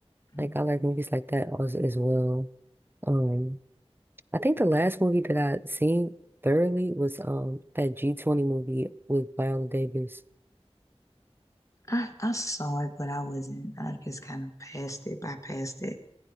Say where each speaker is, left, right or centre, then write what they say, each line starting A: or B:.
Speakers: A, on the left (about 30°); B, on the right (about 20°).
A: mhm.
B: Like, I like movies like that as, as well. Um, I think the last movie that I seen thoroughly was um that G20 movie with Viola Davis.
A: I I saw it, but I wasn't. I just kind of passed it, bypassed it.